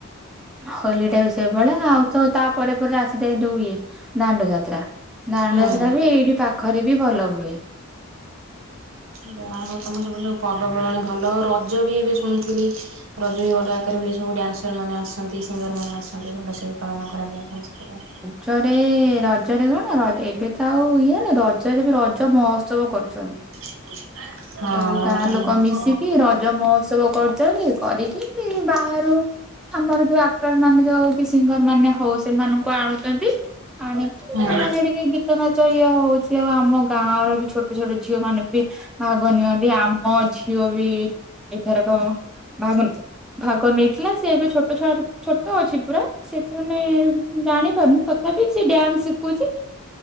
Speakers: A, in the centre; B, on the right.
A: ହୋଲିଟା ବି ସେଇଭଳିଆ ଆଉ ତା ତାପରେ ପରେ ଆସିଯାଏ ଦୁଇଏ ଦାଣ୍ଡ ଯାତ୍ରା ଦାଣ୍ଡ
B: ହୁଁ।
A: ଯାତ୍ରା ବି ଏଇଠି ପାଖରେ ବି ଭଲ ହୁଏ।
B: ଯା ହଉ ତମ ସେପଟେ ସବୁ ପର୍ବପର୍ବାଣି ଭଲ ରଜ ବି ଏବେ ଶୁଣିଥିଲି ରଜ ବି ବଡ଼ ଆକାରରେ ହୁଏ ସବୁ ଡ୍ୟନ୍ସର ମାନେ ଆସନ୍ତି ସିଙ୍ଗର ମାନେ ଆସନ୍ତି ଭଲସେ। ପାଳନ କରାଯାଏ ତ ସେପଟେ।
A: ଜରେ ରଜରେ କଣ ଏବେ ତ ଆଉ ଇଏ ନେ ରଜରେ ବି ରଜ ମହୋତ୍ସବ କରୁଛନ୍ତି।
B: <inaudible> ହଁ
A: ସବୁ
B: ରଜ
A: ଗାଁ ଲୋକ
B: ମହୋତ୍ସବ
A: ମିଶିକି ରଜ ମହୋତ୍ସବ କରୁଚନ୍ତି କରିକି ବାହାରୁ ଆମର ଯୋଉ ଆ ଡଟର ମାନେ ଯୋଉ ହଉ କି ସିଙ୍ଗର ମାନେ ହଉ ସେମାନଙ୍କୁ ଆଣୁଛନ୍ତି ଆଣିକି
B: ହଁ।
A: ସେମାନେ କି ନାଚ ନାଚ ଇଏ ହଉଛି ଆଉ ଆମ ଗାଁ ର ବି ଛୋଟ ଛୋଟ ଝିଅ ମାନେ ବି ଭାଗ ନିଅନ୍ତି ଆମ ଝିଅ ବି ଏଇଥରକ <unintelligible> ଭାଗ ନେଇଥିଲା, ସେ ଏବେ ଛୋଟ ଛ ଛୋଟ ଅଛି ପୁରା ସେଥି ମାନେ <unintelligible> ଜାଣିପାରୁନୁ ତଥାପି ସେ ଡ୍ୟାନ୍ସ ଶିଖୁଛି,